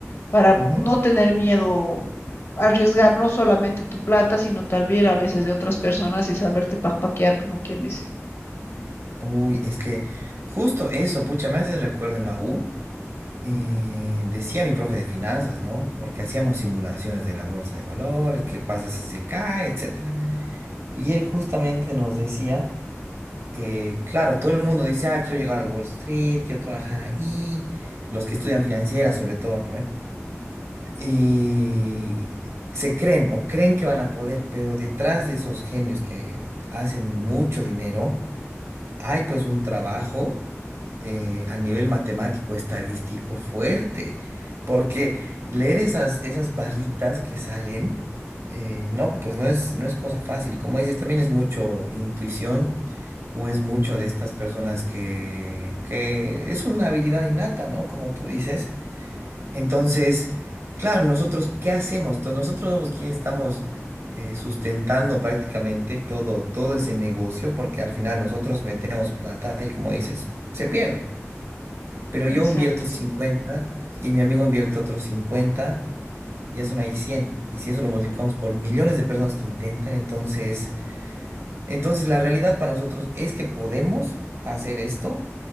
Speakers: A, on the left (about 55°); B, on the right (about 60°).
A: para
B: ujú.
A: no tener miedo a arriesgar no solamente tu plata, sino tal vez a veces de otras personas y saberte paquear, como quien dice.
B: Uy, es que justo eso, pucha, me hace recuerdo en la U, eh, decía mi profe de finanzas, ¿no? Porque hacíamos simulaciones de la bolsa de valores, qué pasa si se cae, etcétera. Mm. Y él justamente nos decía, eh, claro, todo el mundo dice, ah, quiero llegar al Wall Street, quiero trabajar ahí, los que estudian financiera sobre todo, ¿no? y se creen o creen que van a poder, pero detrás de esos genios que hacen mucho dinero, hay pues un trabajo eh, a nivel matemático, estadístico fuerte, porque leer esas, esas barritas que salen, eh, no, pues no es, no es cosa fácil. Y como dices, también es mucho intuición. O es mucho de estas personas que, que es una habilidad innata, ¿no? Como tú dices entonces, claro, nosotros, ¿qué hacemos? Entonces, nosotros somos quienes estamos eh, sustentando prácticamente todo, todo ese negocio, porque al final nosotros metemos plata y como dices, se pierde. Pero yo
A: Exacto.
B: invierto 50 y mi amigo invierte otros 50 y ya son ahí cien Y si eso lo multiplicamos por millones de personas que intentan, entonces, entonces la realidad para nosotros es que podemos hacer esto,